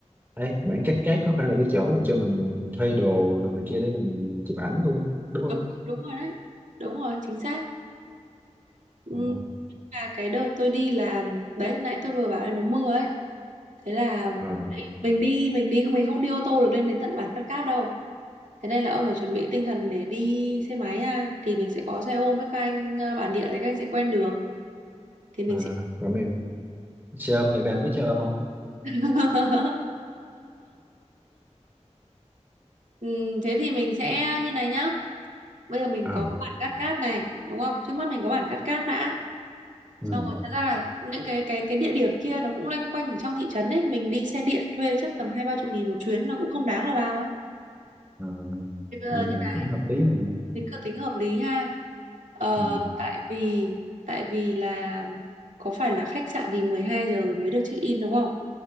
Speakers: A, on the right; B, on the right.
A: ấy, bản Cát Cát có phải là cái chỗ mà cho mình thuê đồ đồ này kia để mình chụp ảnh luôn, đúng không?
B: Đúng, đúng rồi đấy. Đúng rồi, chính xác. Ừ,
A: À,
B: là cái đợt tôi đi là đấy nãy tôi vừa bảo là nó mưa ấy thế là
A: à,
B: mình đi mình đi không mình không đi ô tô được lên đến tận bản Cát Cát đâu thế nên là ông phải chuẩn bị tinh thần để đi xe máy ha thì mình sẽ có xe ôm với các anh ờ, bản địa đấy các anh sẽ quen đường thì mình
A: à,
B: sẽ
A: rồi mày, xe ôm, mẹ bạn có cho ôm không?
B: <laughs> Ừm, thế thì mình sẽ như này nhá bây giờ mình
A: À,
B: có bản Cát Cát này đúng không trước mắt mình có bản Cát Cát đã
A: ừ,
B: xong rồi thật ra là những cái cái cái địa điểm kia nó cũng loanh quanh ở trong thị trấn ấy mình đi xe điện thuê chắc tầm hai ba chục nghìn một chuyến nó cũng không đáng là bao ấy
A: à,
B: Ờ,
A: vậy
B: như
A: thì
B: là
A: cũng hợp lý mà,
B: mình cứ tính hợp lý ha ờ,
A: Ừ,
B: tại vì tại vì là có phải là khách sạn thì 12 giờ mới được check in đúng không